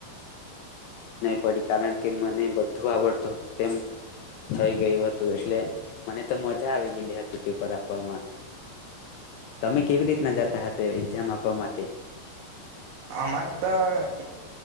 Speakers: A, on the left (about 75°); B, on the right (about 85°).
A: પરીક્ષા કારણ કે મને બધું આવડતું હતું તેમ થઈ ગયું હતું. એટલે મને તો મઝા આવી ગયલી હતી પેપર આપવામાં. તમે કેવી રીતના જતા હતા એક્ઝામ આપવા માટે?
B: અમાર તો એ